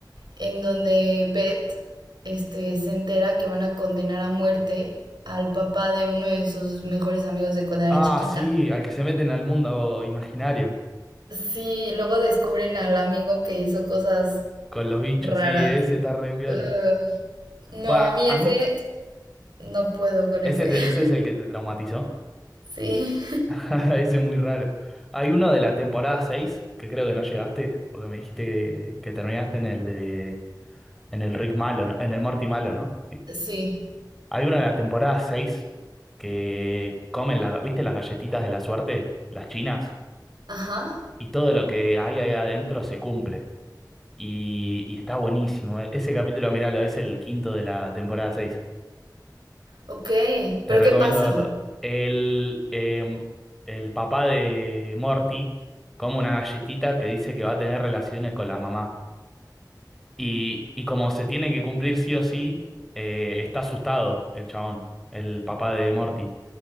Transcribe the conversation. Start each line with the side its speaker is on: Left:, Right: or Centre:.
Right: en donde Beth este, se entera que van a condenar a muerte al papá de uno de sus mejores amigos de cuando era
Centre: Ah,
Right: chiquita.
Centre: sí, al que se meten al mundo imaginario
Right: Sí, luego descubren al amigo que hizo cosas
Centre: con los bichos,
Right: raras.
Centre: sí, ese está re piola.
Right: Ugh. no,
Centre: Bueno,
Right: a mí
Centre: a
Right: ese
Centre: a mí,
Right: no puedo con
Centre: ese,
Right: ese.
Centre: te-
Right: <laughs>
Centre: ese es el que te traumatizó.
Right: Sí,
Centre: <laughs> Ese es muy raro. Hay uno de la temporada 6 que creo que no llegaste, porque me dijiste que, que terminaste en el de, en el Rick malo, ¿no? En el Morty malo, ¿no?
Right: sí.
Centre: Hay una de la temporada 6 que comen, la, ¿viste las galletitas de la suerte? Las chinas.
Right: Ajá.
Centre: Y todo lo que hay ahí adentro se cumple. Y, y está buenísimo. E- Ese capítulo, miralo, es el quinto de la temporada seis
Right: Ok.
Centre: Te
Right: ¿Pero
Centre: recomiendo
Right: qué pasa?
Centre: verlo. El, em, el papá de Morty come una galletita que dice que va a tener relaciones con la mamá. Y, y como se tiene que cumplir sí o sí, eh, está asustado el chabón, el papá de Morty.